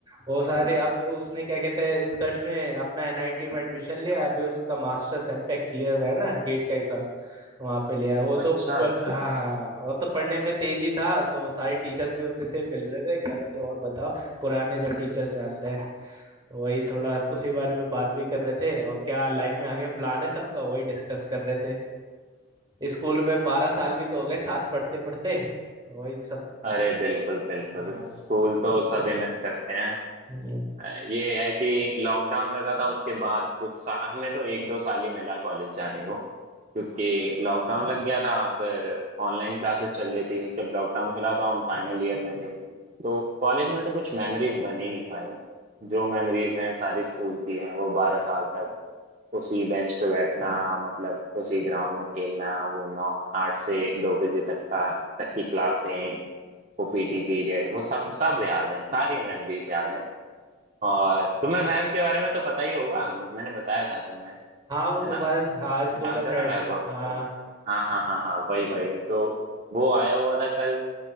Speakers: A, on the right; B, on the right.
A: वो सारे अब तो उसने क्या कहते हैं उत्कर्ष ने अपना एनआईटी में एडमिशन लिया अभी उसका मास्टर्स एमटेक क्लियर हुआ है ना गेट का एग्जाम वहां पे लिया है। वो तो
B: अच्छा
A: ब-
B: अच्छा
A: हाँ हाँ, वो तो पढ़ने में तेज ही था तो सारे टीचर्स भी उसी से मिल रहे थे कह रहे थे और बताओ पुराने जो टीचर्स जानते हैं तो वही थोड़ा उसी बारे में बात भी कर रहे थे और क्या लाइफ में आगे प्लान है सबका वही डिस्कस कर रहे थे स्कूल में बारह साल भी तो हो गए साथ पढ़ते पढ़ते वही सब
B: अरे बिल्कुल बिल्कुल
A: हाँ
B: स्कूल तो सभी मिस करते हैं
A: हम्म।
B: ये है कि लॉकडाउन लगा था उसके बाद कुछ सा, हमें तो एक दो साल ही मिला कॉलेज जाने को क्योंकि लॉकडाउन लग गया था फिर ऑनलाइन क्लासेस चल रही थी जब लॉकडाउन खुला तो हम फाइनल ईयर में थे तो कॉलेज में तो कुछ मेमोरीज बन ही नहीं पाई जो मेमोरीज हैं सारी स्कूल की हैं वो बारह साल तक उसी बेंच पे बैठना मतलब उसी ग्राउंड में खेलना वो नौ आठ से दो बजे तक का तक की क्लासें वो पीटी पीरियड वो सब सब याद है सारी मेमोरीज याद है और तुम्हें वैभ के बारे में तो पता ही होगा मैंने बताया था तुम्हें
A: हाँ
B: है
A: वो तुम्हारे
B: ना
A: हाँ स्कूल
B: जानते
A: का फ्रेंड
B: हो ना वैभ आपको
A: हाँ
B: हाँ हाँ हाँ हाँ वही वही तो वो आया हुआ था कल